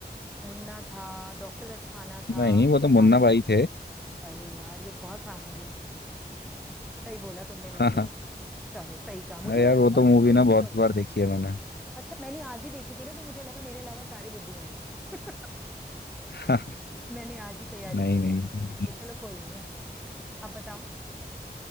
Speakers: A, in the centre; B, on the left (about 80°).
A: मुन्ना था डॉक्टर अस्थाना था
B: नहीं वो तो
A: या
B: मुन्ना
A: गांधी
B: भाई थे
A: अरे यार ये बहुत आसान हो गया सही बोला तुमने वैसे
B: <laughs> हाँ
A: चलो सही कहा मुझे
B: अरे
A: लगा
B: यार वो
A: था
B: तो मूवी
A: ये मुश्किल
B: ना बहुत
A: होगा
B: बार देखी है मैंने
A: अच्छा मैंने आज ही देखी थी ना तो मुझे लगा मेरे अलावा सारे बुद्धू हैं <laughs>
B: <laughs>
A: मैंने आज ही तैयारी
B: नहीं
A: की थी
B: नहीं
A: इस movie की। चलो कोई नहीं अब बताओ